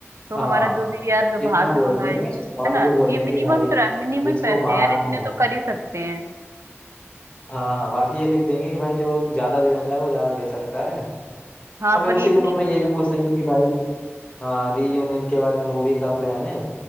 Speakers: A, on the right (about 80°); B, on the left (about 25°).
A: तो
B: हाँ
A: हमारा जो भी यार जो बाहर
B: इतना
A: से
B: बोल
A: मंगाएंगे
B: देंगे और
A: है ना
B: ये
A: तो
B: बोल
A: ये
B: देंगे
A: मिनिमम
B: कि भाई
A: मिनिमम
B: जिसको
A: पैसे
B: बाहर
A: हैं यार इतने
B: हाँ
A: तो कर ही सकते हैं
B: हाँ हाँ बाकी ये लिख देंगे कि भाई जो ज्यादा देना चाहे वो ज्यादा दे सकता है
A: हाँ
B: और फिर
A: पर
B: उसी
A: ये इतने
B: ग्रुप में ये भी पूछ लेंगे कि भाई हाँ रीयूनियन के बाद मूवी का प्लान है